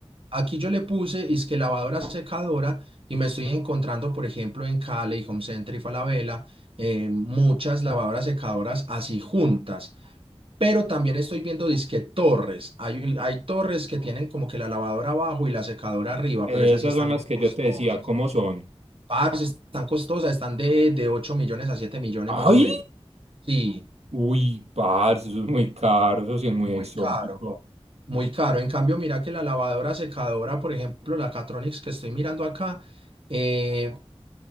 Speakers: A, on the right; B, on the right.
A: Aquí yo le puse es que lavadora secadora y me estoy encontrando, por ejemplo, en Cali, Home Center y Falabella, eh, muchas lavadoras secadoras así juntas. Pero también estoy viendo disque torres. Hay, hay torres que tienen como que la lavadora abajo y la secadora arriba,
B: Eh,
A: pero esas
B: esas
A: sí están
B: son las
A: muy
B: que
A: costosas.
B: yo te decía, ¿cómo son?
A: Parce, están costosas, están de, de 8 millones a siete millones
B: ¡Ay!
A: más o menos. Sí,
B: Uy, parce, eso es muy caro, eso sí es muy
A: muy
B: exótico.
A: caro, muy caro. En cambio, mira que la lavadora secadora, por ejemplo, la Catronics que estoy mirando acá, eh,